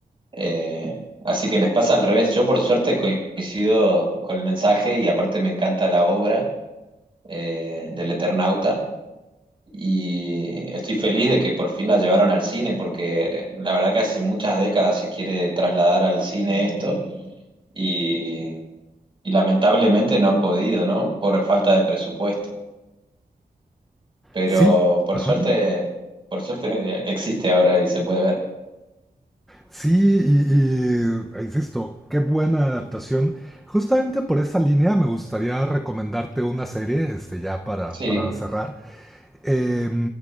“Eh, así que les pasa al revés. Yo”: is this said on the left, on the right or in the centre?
Right